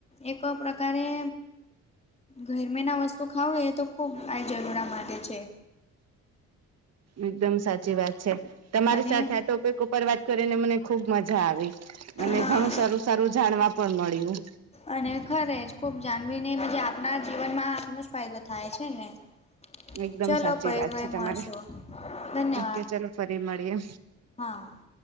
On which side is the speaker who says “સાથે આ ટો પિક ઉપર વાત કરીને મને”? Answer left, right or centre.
Right